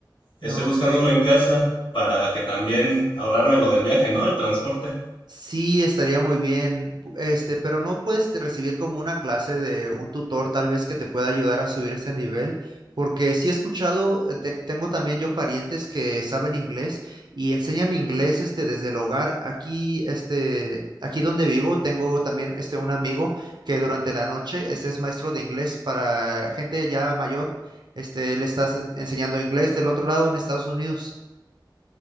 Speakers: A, on the left; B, on the right.
A: Estoy
B: No,
A: buscando
B: hombre.
A: uno en casa para que también ahorrarme lo del viaje, ¿no? El transporte.
B: Sí, estaría muy bien, pu- este, pero no puedes te- recibir como una clase de un tutor tal vez que te pueda ayudar a subir ese nivel, porque sí he escuchado, eh, te- tengo también yo parientes que saben inglés y enseñan inglés este desde el hogar. Aquí este, aquí donde vivo tengo también este un amigo que durante la noche este es maestro de inglés para gente ya mayor. Este, le estás enseñando inglés del otro lado en Estados Unidos.